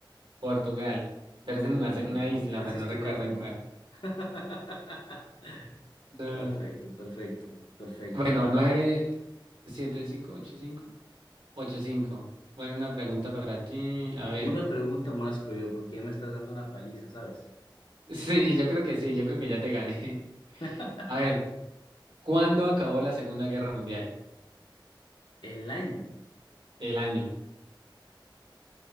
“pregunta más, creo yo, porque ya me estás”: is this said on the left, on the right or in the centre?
Left